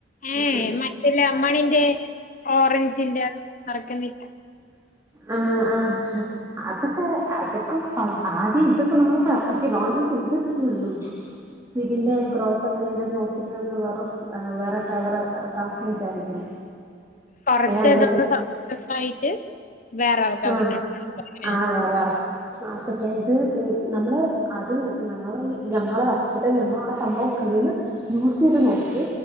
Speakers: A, on the left (about 50°); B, on the right (about 15°).
A: ഏഹ്
B: ഓക്കെ
A: മറ്റുള്ള അമ്മണിന്റെ ഓറഞ്ചിന്റെ അറക്കുന്നില്ല
B: ആഹ ആഹ അതൊക്കെ അതൊ ആദ്യം ഇത്പ്പം നമ്മൾ ഇപ്പൊ ലോഞ്ചിങ് ചെയ്തിട്ടള്ളു ഇതിന്റെ ഗ്രോത്ത് എങ്ങനെ ഇണ്ട് നോക്കി ഇത് നമുക്ക് വെറും- വേറെ ഫ്ലേവർ എറാക്കാം വിചാരിക്കുന്നു
A: കുറച്ച്
B: ഞാൻ അതിനെപ്പറ്റി
A: ഇതൊന്ന് സക്സസ് ആയിട്ട് വേറെ ആൾക്കാ
B: ആഹ്
A: പറഞ്ഞിട്ടാണ്
B: ആ വേറെ ആർക്ക- അപ്പൊ ഞാൻ ഇത് നമ്മള് അത് ഞങ്ങൾ ഞങ്ങളെ അറക്കിട്ട് ഞങ്ങൾ ആ സംഭവം ക്രീമ് യൂസ് ചെയ്ത് നോക്കി